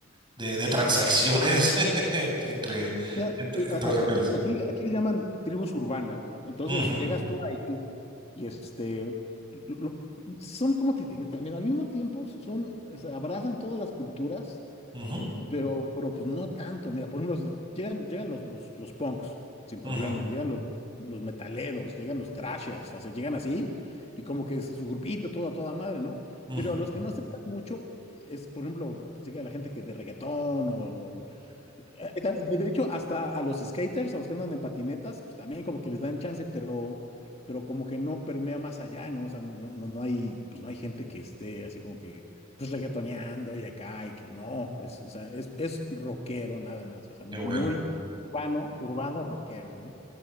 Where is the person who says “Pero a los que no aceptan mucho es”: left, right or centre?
Left